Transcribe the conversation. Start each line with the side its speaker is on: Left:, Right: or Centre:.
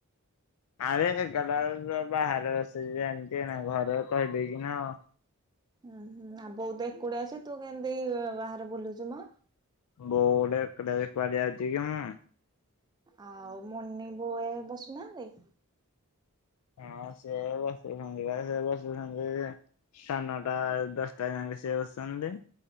Left: ଆରେ ଏଗାରଟା ବେଳକୁ ବା ବାହାରେ ବସିଯାନ୍ତି ନା ଘରେ କହିଦେଇକି ନାଉ।
Right: ହୁଁ ହୁଁ ଆଉ ବୋଉ ତ ଏକୁଟିଆ ଅଛି ତୁ କେମିତି ବାହାରେ ବୁଲୁଚୁ ମ
Left: ବୋର୍ଡ <unintelligible> ଅଛି କି ମୁଁ?
Right: ଆଉ ମୋନି ବୋଉ ଏ ବସୁନାହାନ୍ତି?
Left: ହଁ ସେ ବସୁଛନ୍ତି ବା ସେ ବସୁଛନ୍ତି ସାଢେ ନଅଟା ଦଶ ତା ସଙ୍ଗେ ସେ ଅଛନ୍ତି।